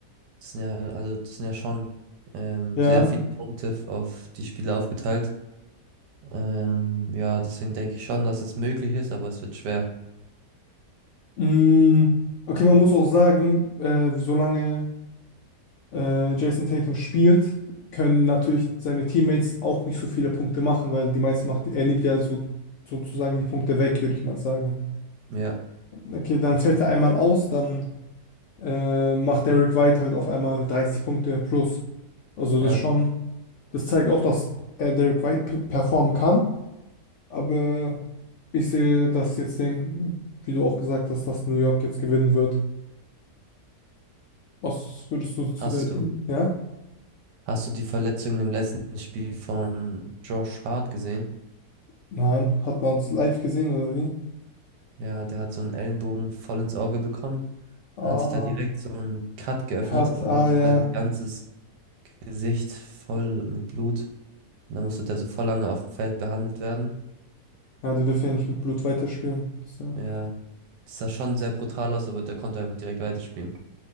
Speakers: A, on the right; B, on the left.
A: Das sind ja, also das sind ja schon ähm,
B: Ja,
A: sehr viele Punkte f- auf die Spieler aufgeteilt. Ähm, ja, deswegen denke ich schon, dass es möglich ist, aber es wird schwer.
B: Mm, Okay, man muss auch sagen, äh, solange äh, Jason Tatum spielt, können natürlich seine Teammates auch nicht so viele Punkte machen, weil die meisten macht, er nimmt ja so, sozusagen die Punkte weg, würde ich mal sagen.
A: Ja,
B: Okay, dann fällt er einmal aus, dann äh, macht Derrick White halt auf einmal 30 Punkte plus. Also das
A: ja.
B: schon, das zeigt auch, dass er Derrick White pe- performen kann, aber ich sehe, dass jetzt den, wie du auch gesagt hast, dass New York jetzt gewinnen wird. Was würdest du zu
A: Hast
B: der denken?
A: du,
B: Ja?
A: hast du die Verletzung im letzten Spiel von Josh Hart gesehen?
B: Nein, hat man es live gesehen oder wie?
A: Ja, der hat so einen Ellenbogen voll ins Auge bekommen.
B: Ah,
A: Hat sich da direkt so einen Cut geöffnet
B: Cut,
A: und
B: ah
A: dann hat
B: ja.
A: sein ganzes Gesicht voll mit Blut. Und dann musste der so voll lange auf dem Feld behandelt werden.
B: Ja, die dürfen ja nicht mit Blut weiterspielen. Das ist ja
A: Ja, das sah schon sehr brutal aus, aber der konnte einfach direkt weiterspielen.